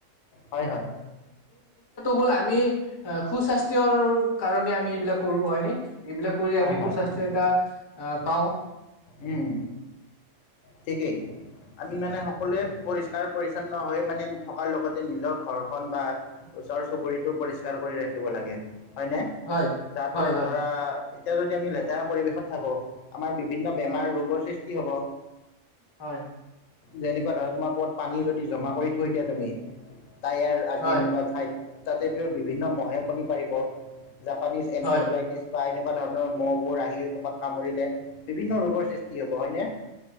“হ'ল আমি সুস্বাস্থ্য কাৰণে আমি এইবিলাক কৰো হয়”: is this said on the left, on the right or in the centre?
Left